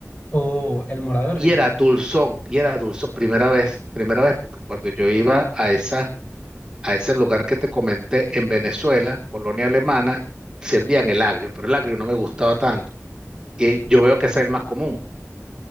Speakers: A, on the left (about 25°); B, on the right (about 15°).
A: Oh, el morado es
B: y
A: rico.
B: era dulzón, y era dulzón, primera vez, primera vez, porque cuando yo iba a esa, a ese lugar que te comenté en Venezuela, colonia alemana, servían el agrio, pero el agrio no me gustaba tanto. Y yo veo que ese es el más común.